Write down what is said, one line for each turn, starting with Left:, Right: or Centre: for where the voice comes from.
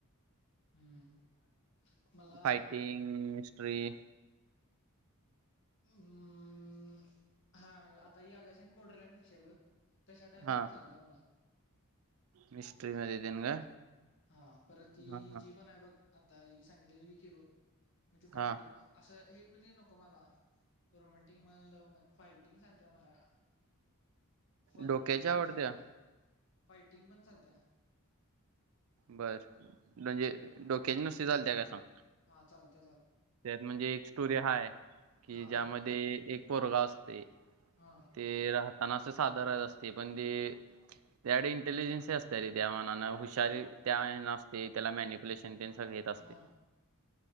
Left: हम्म मला
Right: फायटिंग हिस्ट्री
Left: हम् हा आता ह आलायसड बोर्डलँड कशा आहे बघ तशा टाईप
Right: हा
Left: मध्ये चालत मला
Right: मिस्ट्री मध्ये देन का
Left: हा परत ती
Right: हा हा
Left: जी पण आहे बघ आता ही सांगितलेली विकिर म्हणजे फायटिंग
Right: हा
Left: असं हे म्हणजे नको मला रोमॅटिक म्हण लव्ह म्हण फायटिंग चालते मला फन
Right: डोक्याची आवडत्या
Left: पण चालत फायटिंग पण चालत्या
Right: बरं म्हणजे डोक्याचे नुसते झालं त्या का सांग
Left: हा चालत
Right: त्यात म्हणजे एक स्टोरी हाय, कि
Left: हा
Right: ज्यामध्ये एक पोरगा असतुयं.
Left: हा
Right: ते राहताना साधा रात असतुयं पण ते त्याकडे इंटेलिजन्सी असत रे त्या मानाने हुशारी त्या नसते त्याला मॅनिप्युलेशन तेनं सगळे येत असतंय.
Left: हा